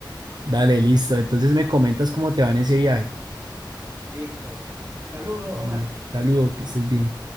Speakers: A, on the right (about 55°); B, on the right (about 30°).
A: Dale, listo. Entonces me comentas cómo te va en ese viaje.
B: Listo. Saludos,
A: Dale,
B: Omar.
A: saludo, que estés bien.